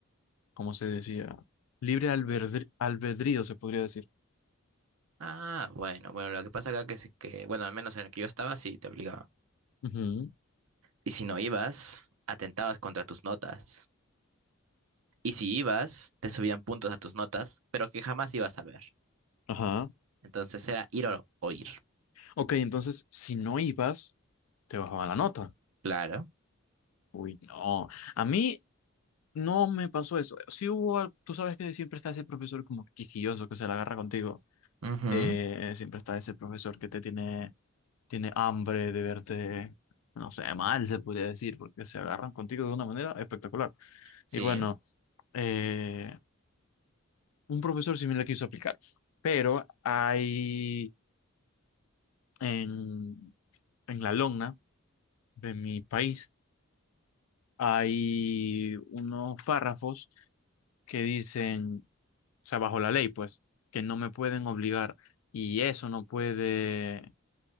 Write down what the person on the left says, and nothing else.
¿cómo se decía? Libre albedri- albedrío, se podría decir.
Ujú,
Ajá.
Ok, entonces, si no ibas, te bajaban la nota.
Uy, no. A mí, No me pasó eso. Sí hubo, al- tú sabes que siempre está ese profesor como quisquilloso que se la agarra contigo.
Eh, siempre está ese profesor que te tiene, tiene hambre de verte, no sé, mal se podría decir, porque se agarran contigo de una manera espectacular.
Y bueno, eh, un profesor sí me la quiso aplicar, pero hay en, en la Logna de mi país hay unos párrafos que dicen, o sea, bajo la ley, pues, que no me pueden obligar y eso no puede,